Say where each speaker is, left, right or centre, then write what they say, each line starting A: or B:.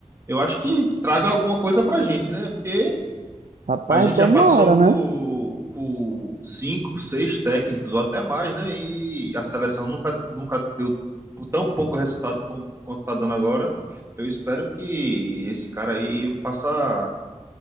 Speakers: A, on the right (about 20°); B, on the right (about 75°).
A: Eu acho que traga alguma coisa pra gente, né? Porque
B: Rapaz,
A: a gente
B: tomara,
A: já passou por,
B: né?
A: por cinco, seis técnicos ou até mais, né? E a seleção nunca, nunca deu tão pouco resultado com- quanto tá dando agora. Eu espero que esse cara aí faça,